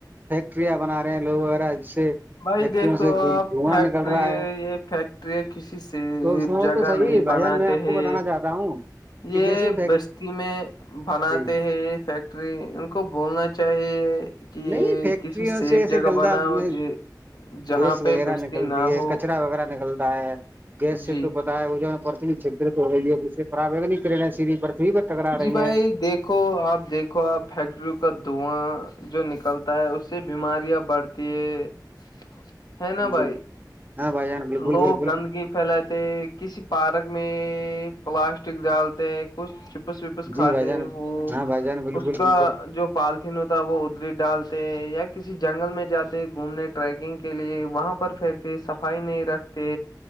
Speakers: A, on the right; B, on the left.
A: فیکٹریاں بنا رہے ہیں لوگ وغیرہ جس سے
B: بھائی
A: فیکٹریوں
B: دیکھ تو
A: سے
B: آپ
A: دھواں
B: فیکٹری
A: نکل رہا ہے
B: یہ فیکٹری ہے کسی سے
A: تو اس میں
B: جگہ
A: تو صحیح
B: نہیں
A: بھائی
B: بناتے
A: ار میں آپ
B: ہیں
A: کو بتانا چاہتا ہوں
B: یہ
A: کہ جیسے فیک
B: بستی میں بناتے
A: جی
B: ہیں فیکٹ ان کو بولنا چاہیے کہ یہ
A: نہیں فیکٹریوں
B: کسی سیف
A: سے ایسے
B: جگہ
A: گلدا
B: بنا ہو ج جہاں
A: گیس
B: پہ
A: وغیرہ
B: بستی
A: نکلتی
B: نہ
A: ہے
B: ہو
A: کچرا وغیرہ نکلتا ہے گیس سے
B: جی
A: تو پتا ہے وہ پرت چ ہوی ہے جس سے پروگ کر سھی پر ٹکرا رہی
B: جی بھائی
A: ہیں
B: دیکھو آپ دیکھو آپ فیکٹریوں کا دھواں جو نکلتا ہے اس سے بیماریاں بڑھتی ہے ہے نا
A: جی
B: بھائی
A: ہاں بھائی جان بالکل
B: لوگ
A: بالکل
B: گندگی پھیلاتے کسی پارک میں پلاسٹک ڈالتے کچ چپس وپس
A: جی
B: کھاتے
A: بھائی جان
B: وہ
A: ہاں بھائی جان بالکل
B: اس کا
A: بالکل
B: جو پالتن ہوتا وہ ادری ڈالتے یا کسی جنگل میں جاتے گھومنے ٹریکنگ کے لیے وہاں پر پھینکتے صفائی نہیں رکھتے